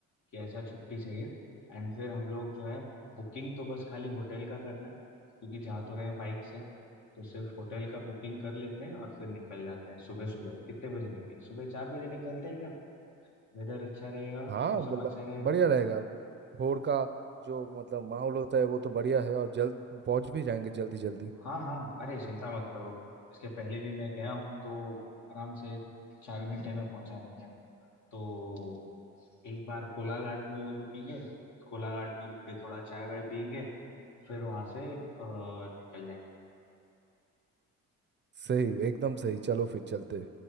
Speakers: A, on the left; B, on the right.
A: कि ऐसा छुट्टी चाहिए एंड फिर हम लोग जो है बुकिंग तो बस खाली होटल का करना है क्योंकि जा तो रहे हैं बाइक से तो सिर्फ होटल का बुकिंग कर लेते हैं और फिर निकल जाते हैं सुबह सुबह कितने बजे निकले सुबह चार बजे निकलते हैं क्या वेदर अच्छा रहेगा
B: हाँ
A: मौसम
B: मतलब
A: अच्छा रहेगा
B: बढ़िया रहेगा भोर का जो मतलब माहौल होता है वो तो बढ़िया है और जल्द पहुंच भी जाएंगे जल्दी जल्दी
A: हाँ हाँ अरे चिंता मत करो इसके पहले भी मैं गया हूँ तो आराम से चार घंटे में पहुंचा देंगे तो एक बार कोलाघाट में वो रुकेंगे कोलाघाट में रुक के थोड़ा चाय वाय पियेंगे फिर वहां से अ, निकल जाएंगे
B: सही एकदम सही चलो फिर चलते